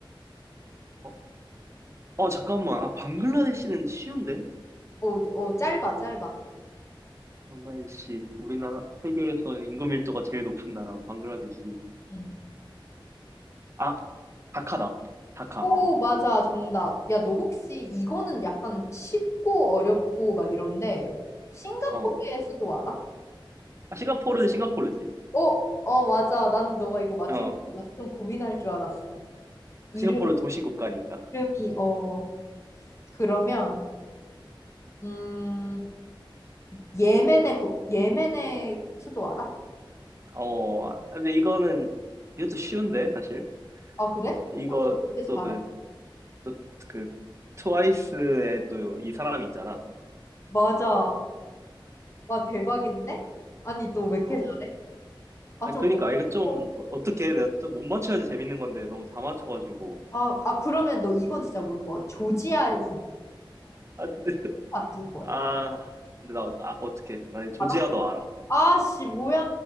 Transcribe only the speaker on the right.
어, 어, 잠깐만. 아, 방글라데시는 쉬운데?
방글라데시, 우리나라, 세계에서 인구 밀도가 제일 높은 나라, 방글라데시.
아, 다카다. 다카.
어.
아, 싱가포르는 싱가포르지.
어.
싱가포르 도시 국가니까.
어. 아, 근데 이거는, 이것도 쉬운데, 사실.
이거,
또 그, 또 그, 트와이스의 또 이 사람 있잖아.
어.
아,
그니까,
이거 좀, 어- 어떻게, 내가 또 못 맞춰야지 재밌는 건데, 너무 다 맞춰가지고.
아, 근데, <laughs>
아, 근데 나, 아, 어떡해. 나 조지아도
알아.